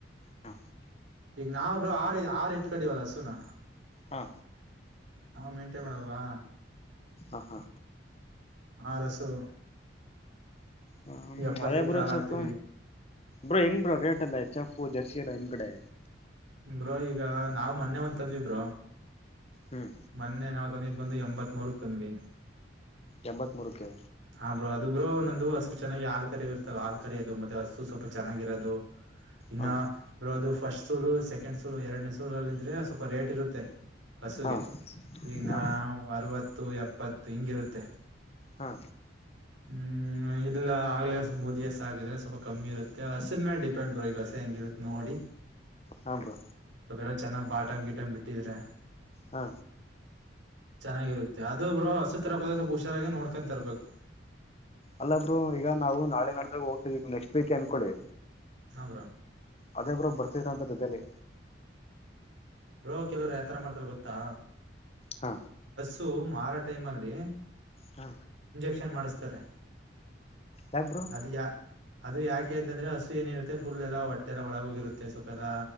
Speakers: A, on the left; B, on the right.
A: ಹೂಂ
B: ಈಗ ನಾವಬ್್ರ ಆರ್ ಆರು ಇಟ್ಕಡವಲ್ಲ ಸುನಾ
A: ಹಾ
B: ನಾವ್ ಮೇಂಟೈನ್ ಮಾಡಲ್ವಾ?
A: ಆಹಾ
B: ಆರ್ ಹಸು
A: ಹ್ಮ
B: ಎಪ್ಪತ್
A: ಅದೇ
B: ಲೀಟರ್
A: ಬ್ರೋ
B: ಹಾಲ್
A: ಸೊಪ್ಪ
B: ಹಾಕ್ತಿವಿ
A: ಬ್ರೋ ಹೆಂಗ್ ಬ್ರೋ ರೇಟ್ ಎಲ್ಲ ಎಚ್ ಎಫ್ ಜರ್ಸಿ ನಿಮ್ ಕಡೆ.
B: ಬ್ರೋ ಈಗ ನಾವು ಮೊನ್ನೆ ಒಂತಂದ್ವಿ ಬ್ರೋ
A: ಹ್ಮ್
B: ಮೊನ್ನೆ ನಾವ್ ತಂದಿದ್ ಬಂದು ಎಂಬತ್ತ್ ಮೂರಕ್ ತಂದ್ವಿ.
A: ಎಂಬತ್ ಮೂರಕ್ಕೆ
B: ಆ ಬ್ರೋ ಅದು ಬ್ರೋ ನಂದು ಹಸು ಚೆನ್ನಾಗಿ ಆಲ್ ಕರಿ ಇರ್ತೆ ಆಲ್ ಕರಿ ಅದು ಮತ್ತೆ ಹಸು ಸ್ವಲ್ಪ ಚೆನ್ನಾಗಿರೋದು ಇನ್ನ
A: ಹಾ
B: ಬ್ರೋ ಅದು ಫಸ್ಟ್ ಸೂಲೂ ಸೆಕೆಂಡ್ ಸೂಲು ಎರಡನೇ ಸೂಲ ಅಲ್ ಇದ್ರೆ ಸ್ವಲ್ಪ ರೇಟ್ ಇರುತ್ತೆ. ಹಸುಗೆ
A: ಹಾ
B: ಈಗ ನಾ
A: ಹಾ
B: ಅರವತ್ತು ಎಪ್ಪತ್ತು ಹಿಂಗಿರುತ್ತೆ.
A: ಹಾ
B: ಹ್ಮ್ ಇಲ್ಲ ಆಗ್ಲೇ ಮೋದಿ ಹಸ್ ಗಿದ್ರೆ ಸ್ವಲ್ಪ ಕಮ್ಮಿ ಇರುತ್ತೆ ಹಸಿನ ಮೇಲೆ ಡಿಪೆಂಡ್ ಬರು ಈಗ ಹಸು ಹೆಂಗಿರುತ್ತೆ ನೋಡಿ
A: ಹಾ ಬ್ರೊ
B: ಬರ ಚೆನ್ನ್ ಬಾಟಂ ಗೀಟಂ ಬಿಟ್ಟಿದ್ರೆ
A: ಹಾ
B: ಚೆನ್ನಾಗಿರುತ್ತೆ ಅದು ಬ್ರೋ ಹಸು ತರಕೋದ್ರೇ ಸ್ವಲ್ಪ ಹುಷಾರಾಗಿ ನೋಡ್ಕೊಂತರ್ಬೇಕು.
A: ಅಲ್ಲ ಬ್ರೋ ಈಗ ನಾವು ನಾಳೆ ನಾಡ್ದಾಗ ಹೋಗ್ತಿದೀವಿ ನೆಕ್ಸ್ಟ್ ವೀಕ್ ಅನ್ಕೊಳ್ಳಿ
B: ಹಾ ಬ್ರೋ
A: ಅದೇ ಬ್ರೋ ಬರ್ತೀರಂತ ಜೊತೇಲ್ಲಿ
B: ಬ್ರೋ ಕೆಲವರು ಯಾತರ ಮಾಡ್ತಾರ ಗೊತ್ತಾ
A: ಹಾ
B: ಸು ಮಾರೋ ಟೈಮ್ ಅಲ್ಲಿ
A: ಹ್ಮ
B: ಕ್ಷನ್ ಮಾಡಿಸ್ತಾರೆ
A: ಯಾಕ್ ಬ್ರೋ
B: ಅದು ಯಾ ಅದು ಯಾಕೆ ಅಂತಂದ್ರೆ ಹಸು ಏನಿರುತ್ತೆ ಫುಲ್ ಎಲ್ಲಾ ಹೊಟ್ಟೆಲ್ಲ ಒಳಗೋಗಿರುತ್ತೆ ಸ್ವಪೆಲ್ಲ